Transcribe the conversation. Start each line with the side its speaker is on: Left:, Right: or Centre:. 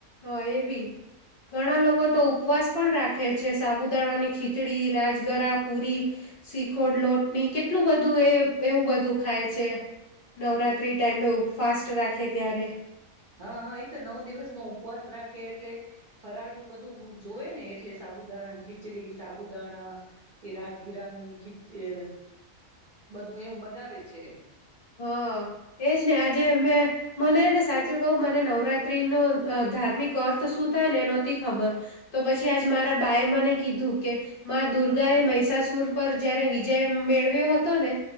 Left: હા એ બી ઘણા લોકો તો ઉપવાસ પણ રાખે છે, સાબુદાણા ની ખીચડી રાજગરા પુરી. શીખોડ લોટની કેટલું બધું એ એવું બધું ખાય છે, નવરાત્રી. <unintelligible> ફાસ્ટ રાખે ત્યારે.
Right: હા હા એ તો નવ દિવસ નો ઉપવાસ રાખે એટલે ફરાળ નું બધું જોવે ને એટલે સાબુદાણા ખીચડી સાબુદાણા કે રાજગીરાનું ખી બધું એવું બનાવે છે.
Left: હા એજ ને આજે મેં. મનેને સાચું કઉ મને નવરાત્રી નો ધાર્મિક અર્થ શું થાય ને એ નથી ખબર તો પછી આજ મારા બાાય મને કીધું કે. મા દુર્ગા એ મિસાસુર પર. જયારે વિજય મેળવ્યો હતો ને